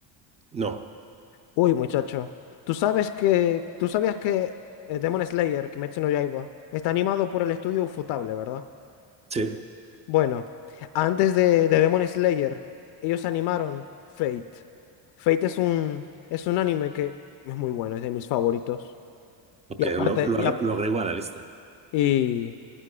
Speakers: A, on the right; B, on the left.
A: No,
B: Uy, muchacho, tú sabes que, tú sabías que eh, Demon Slayer, Kimetsu no Yaiba, está animado por el estudio Ufotable, ¿verdad?
A: sí,
B: Bueno, antes de, de Demon Slayer, ellos animaron Fate. Fate es un, es un anime que es muy bueno, es de mis favoritos.
A: ok,
B: Y aparte,
A: lo, lo,
B: y,
A: agre-
B: ap-
A: lo agrego a la lista.
B: y,